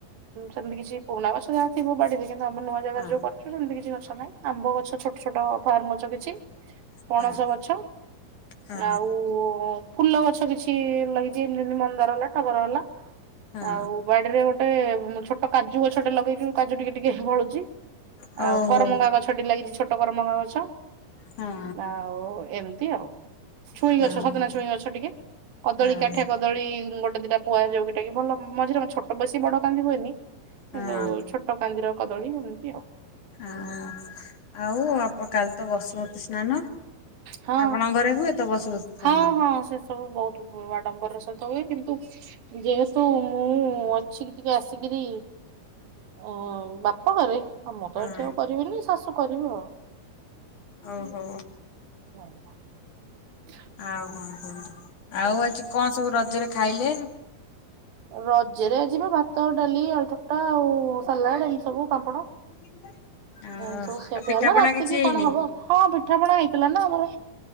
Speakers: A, on the right; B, on the left.
A: ସେମିତି କିଛି ପୁରୁଣା ଗଛ ଯାହା ଥିବ ବାଡିରେ କିନ୍ତୁ ଆମେ ନୂଆ ଜାଗାରେ
B: ହଁ ହଁ
A: ଯୋଉ କରୁଛୁ ସେମତି କିଛି ଗଛ ନାହିଁ ଆମ୍ବ ଗଛ ଛୋ ଛୋଟ ଫାର୍ମ ଗଛ କିଛି ପଣସ
B: ହଁ
A: ଗଛ
B: ହଁ ହଁ
A: ଆଉ ଫୁଲ ଗଛ କିଛି ଲାଗିଛି ଲିଲି ମନ୍ଦାର ହେଲା ଟଗର ହେଲା
B: ହଁ
A: ଆଉ ବାଡିରେ ଗୋଟେ ଛୋଟ କାଜୁ ଗଛଟେ ଲଗେଇଛୁ କାଜୁ ଟିକେ ଟିକେ ବଳୁ ଚି
B: ହଁ
A: ଆଉ
B: ଓହୋ
A: କରମଙ୍ଗା ଗଛଟି ଲାଗିଛି ଛୋଟ କରମଙ୍ଗା ଗଛ।
B: ହଁ
A: ଆଉ ଏମିତି ଆଉ ଛୁଇଁ
B: ହଁ
A: ଗଛ ସଜନା ଛୁଇଁ ଗଛ ଟିକେ କଦଳୀ
B: ହଁ
A: କାଠିଆ କଦ୍ ଦଳୀ ଗୋଟେ ଦିଟା ପୁଆ ଯୋଉକି ଟାକି ଭଲ ମଝିରେେ ଛୋଟ ବେସୀ ବଡ କାନ୍ଦି ହୁଏନି
B: ହଁ।
A: କିନ୍ତୁ ଛୋଟ କାନ୍ଦିର କଦଳୀ ଏମତି ଆଉ।
B: ହଁ ଆଉ କାଲି ତ ବସୁମତୀ ସ୍ନାନ।
A: ହଁ
B: ଆପଣଙ୍କ ଘରେ ହୁଏତ ବସୁମତୀ
A: ହଁ
B: ସ୍ନାନ।
A: ହଁ ସେ ସବୁ ବହୁତ ବ ଆଡମ୍ବର ର ସହିତ ହୁଏ କିନ୍ତୁ ଯେହେତୁ ମୁଁ ଅଛି କି ଟିକେ ଆସିକିରି ଅ ବାପା କଣ କରେ ଆଉ ମୁଁ
B: ହଁ
A: ତ ଏଠି ଆଉ କରିବିନି ଶାଶୁ କରିବେ ଆଉ।
B: ଓହୋ।
A: ହୋଉ। <inaudible>
B: ଆଉ କଣ କହନ୍ତୁ ଆଉ ଆଜି କଣ ସବୁ ରଜରେ ଖାଇଲେ?
A: ରଜରେ ଯିବା ଭାତ ଡାଲି ଆଳୁଚକଟା ଆଉ ସାଲାଡ ଏମିତି ସବୁ ପାମ୍ପଡ।
B: <unintelligible> ଆଉ
A: ଏମିତି ସବୁ ଖିଆପିଆ
B: ପିଠାପଣା
A: ହେଲା ରାତିକି
B: କିଛି ହେଇନି?
A: କଣ ହବ ହଁ ପିଠାପଣା ହେଇଥିଲା ନା ଆମର